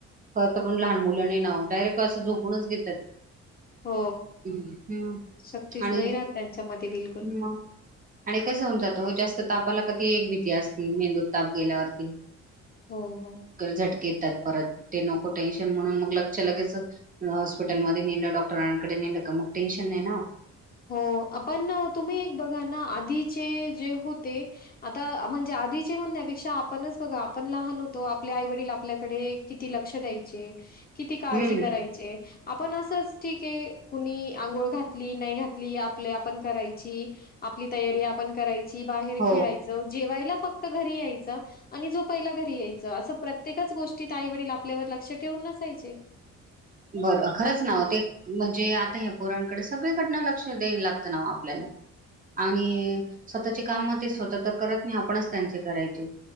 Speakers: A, on the right; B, on the left.
A: खं पण लहान मुलं नाही नाव डायरेक्ट क असं झोपूनच घेतात
B: हो
A: हम्म, हम्म.
B: शक्तीच
A: आणि
B: नाही राहत त्यांच्यामध्ये बिलकुल
A: मग आणि कसं होऊन जातो जास्त तापाला कधी एक भीती असती मेंदूत ताप गेल्यावरती
B: हो हो
A: झटक येतात परत ते नको टेन्शन म्हणून मग लक्ष लगेच हॉस्पिटलमध्ये नेलं डॉ रांकडे नेलं का मग टेनशन नाही ना
B: हो आपण तुम्ही एक बघा ना आधीचे जे होते आता म्हणजे आधीचे म्हणण्यापेक्षा आपणच बघा आपण लहान होतो आपल्या आई वडील आपल्याकडे किती लक्ष द्यायचे किती काळजी
A: हम्म
B: करायची आपण असंच ठीक आहे कुणी आंघोळ घातली नाही घात आप आपण करायची आपली तयारी आपण करायची बाहेर
A: हो
B: खेळाची जेवायला फक्त घरी यायचं आणि जोपायला घरी यायचं असं प्रत्येकच गोष्ट आई वडील आपल्यावर लक्ष ठेवून नसायचे
A: बरं खरंच नाव ते म्हणजे आता या पोरणकडे सगळीकडन लक्ष द्याय लागतं ना आपल्याला आणि स्वतःचे काम म ते स्वतः तर करत नाही आपणच त्यांचे करायचे